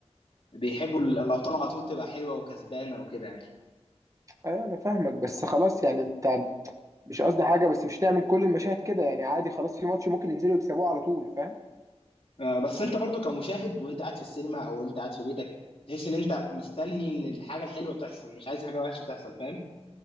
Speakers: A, on the left; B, on the right.
A: بيحبوا ال- الابطال على طول تبقى حلوه وكسبانه وكده يعني
B: ايوه انا فاهمك بس خلاص يعني انت مش قصدي حاجه بس مش تعمل كل المشاهد كده يعني عادي خلاص في ماتش ممكن ينزلوا يكسبوه على طول فاهم
A: آه، بس انت برضو كمشاهد وانت قاعد في السينما او انت قاعد في بيتك تحس ان انت مستني ان الحاجه الحلوه تحصل مش عايز حاجه وحشه تحصل فاهم